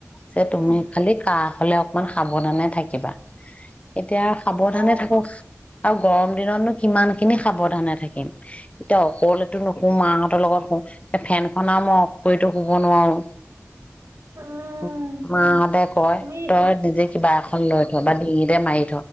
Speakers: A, on the left; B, on the right.
A: যে তুমি
B: উম
A: খালি কাহ হ'লে অকমান সাৱধানে থাকিবা। এতিয়া সাৱধানে
B: অ
A: থাকক আৰু গৰম দিনতনো কিমানখিনি সাৱধানে থাকিম এতিয়া অকলেতো নুশু মাহঁতৰ লগত শুও এ ফেন খন আৰু মই অফ কৰিতো শুব নোৱাৰো।
B: উম
A: উ মাহঁতে কয়
B: তুমি
A: তই নিজে কিবা এখন লৈ থ, বা ডিঙিতে মাৰি